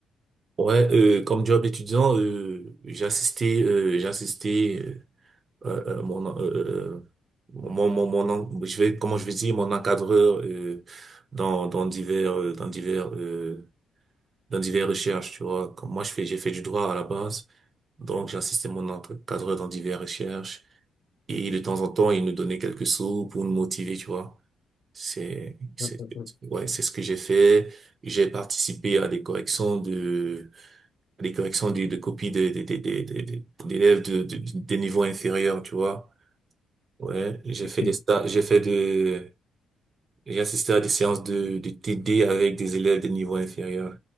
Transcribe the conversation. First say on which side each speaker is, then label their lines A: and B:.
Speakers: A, on the right; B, on the left.
A: Ouais, euh, comme job étudiant, euh, j'ai assisté, euh, j'ai assisté euh, euh, euh, mon, euh, euh, euh, mon, mon, mon, en- je vais, comment je vais dire, mon encadreur euh, dans, dans divers, euh, dans divers, euh, dans divers recherches, tu vois. Comme moi, je fais, j'ai fait du droit à la base, donc j'ai mon encadreur dans divers recherches. Et de temps en temps, il nous donnait quelques sous pour nous motiver, tu vois. C'est, c'est,
B: Euh, euh,
A: ouais, c'est ce que j'ai fait. J'ai participé à des corrections de, à des corrections de, de copies des des des des des- des- d'élèves de, de, des niveaux inférieurs, tu vois. Ouais, j'ai fait des
B: euh,
A: stages, j'ai fait de, j'ai assisté à des séances de, de TD avec des élèves de niveau inférieur.